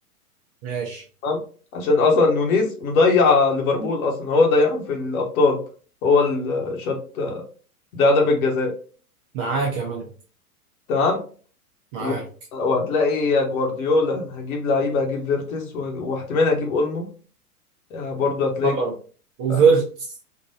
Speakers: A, on the right; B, on the left.
A: ماشي
B: تمام عشان اصلا نونيز مضيع ليفربول اصلا هو ضيعهم في الابطال هو اللي شاط ده ضربة جزاء
A: معاك يا ملك
B: تمام
A: معاك
B: و... وهتلاقي يا جوارديولا هجيب لعيبة هجيب فيرتز وه- واحتمال هجيب اولمو يعني برضه هتلاقي
A: آه. وفيرتس
B: <laughs>